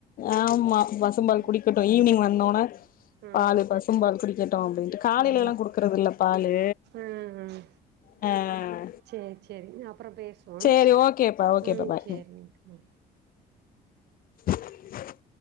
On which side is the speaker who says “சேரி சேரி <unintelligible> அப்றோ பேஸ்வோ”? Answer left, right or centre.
Right